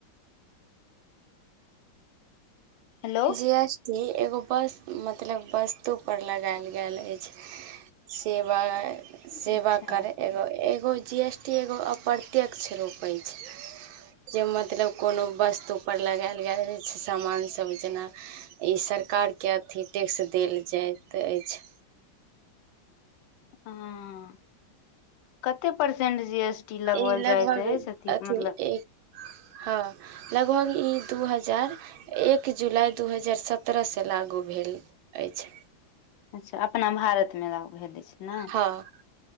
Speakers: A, on the left (about 75°); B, on the right (about 80°).
A: hello
B: G S T एगो बस मतलब वस्तु पर लगायल गेल अछि। सेवा सेवा
A: अच्छा
B: कर एग एगो जी एस टी एगो अप्रत्यक्ष रूप अछि जे मतलब कोनो वस्तु <unintelligible> पर लगायएल गेल छैय सामान सब जेना ई सरकारके अथी टैक्स देल जाइत अछि।
A: हँ कते परसेंट जी एस टी लगवल
B: ई लगभग
A: जाइत अछि अथी मतलब
B: एक हँ लगभग ई दू हजार एक जुलाई दू हजार सत्रहसँ लागू भेल अछि।
A: अच्छा अपना भारतमे लागू भेल अछि। ने
B: हँ